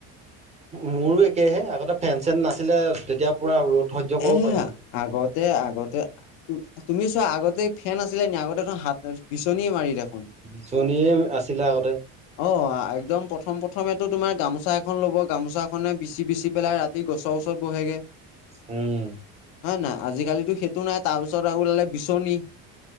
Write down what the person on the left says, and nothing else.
এ
আগতে-আগতে তুমি চোৱা আগতে ফেন আছিলে নেকি? আগতে দেন হাত, বিচনীয়ে মাৰি দেখোন।
অ, একদম প্ৰথম প্ৰথমেতো তোমাৰ গামোচা এখন লব গামোচাখনে বিচি-বিচি পেলাই ৰাতি সি গছৰ ওচৰত বহেগে।
হয় নে নাই আজিকালিতো সেইটো নাই তাৰপিছত আৰু ওলালে বিচনী।